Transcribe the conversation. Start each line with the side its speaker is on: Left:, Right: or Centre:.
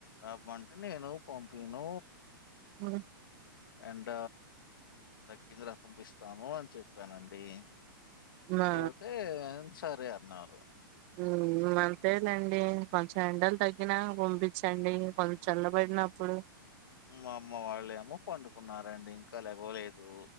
Left: రమ్మ నేను పంపిను
Right: ఉ
Left: ఎండ తగ్గిందిర పంపిస్తాము అని చెప్పానండి
Right: మా
Left: చెబితే సరే అన్నారు
Right: హు అంతేదండి కొంచెం ఎండలు తగ్గినాక పంపించండి కొంచెం చల్లబడినప్పుడు
Left: మా అమ్మ వాళ్ళు ఏమో పండుకున్నారండి ఇంకా లేవలేదు